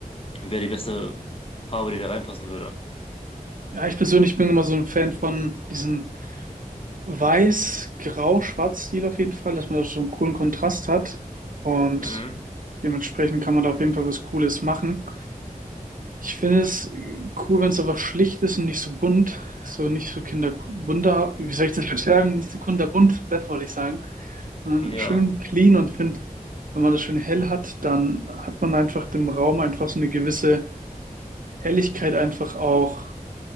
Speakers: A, on the left (about 40°); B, on the right (about 65°).
A: Wäre die beste Farbe, die da reinpassen würde.
B: Ja, ich persönlich bin immer so ein Fan von diesem Weiß-Grau-Schwarz-Stil auf jeden Fall, dass man da so einen coolen Kontrast hat. Und
A: Mhm.
B: dementsprechend kann man da auf jeden Fall was Cooles machen. Ich finde es cool, wenn es einfach schlicht ist und nicht so bunt. So nicht so kinderbunter, wie soll ich das beschreiben? Nicht so kinderbunt, das wollte ich sagen. Sondern
A: Ja.
B: schön clean und finde, wenn man das schön hell hat, dann hat man einfach dem Raum einfach so eine gewisse Helligkeit einfach auch